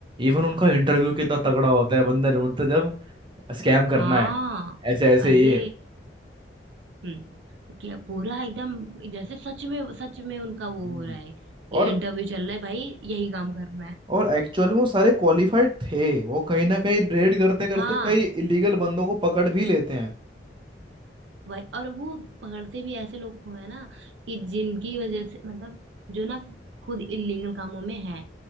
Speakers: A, on the right (about 30°); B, on the right (about 85°).
A: इवन उनका इंटरव्यू कितना तगड़ा होता है बंदा ढूंढते जब स्कैम करना
B: हाँ
A: है ऐसे ऐसे
B: अरे
A: ये
B: हम्म क्या पूरा एकदम जैसे सच में सच में उनका वो
A: हम्म।
B: हो रहा है
A: और
B: इंटरव्यू चल रहा है भाई यही काम करना है
A: और एक्चुअल में वो सारे क्वालिफाइड थे वो कहीं ना कहीं रेड करते करते
B: हाँ
A: कई इलीगल बंदों को पकड़ भी लेते हैं
B: वही और वो पकड़ते भी ऐसे लोग को है ना कि जिनकी वजह से मतलब जो ना खुद इलीगल कामों में है